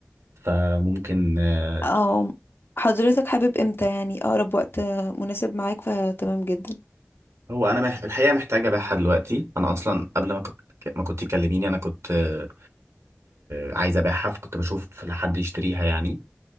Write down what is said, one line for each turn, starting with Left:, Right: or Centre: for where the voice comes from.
Right: فممكن آه،
Left: او حضرتك حابب امتى يعني اقرب وقت مناسب معاك فتمام جدا
Right: هو انا مح- الحقيقة محتاجة ابيعها دلوقتي انا اصلا قبل ما كنت ما كنت تكلميني انا كنت آه، آه، عايز ابيعها فكنت بشوف لحد يشتريها يعني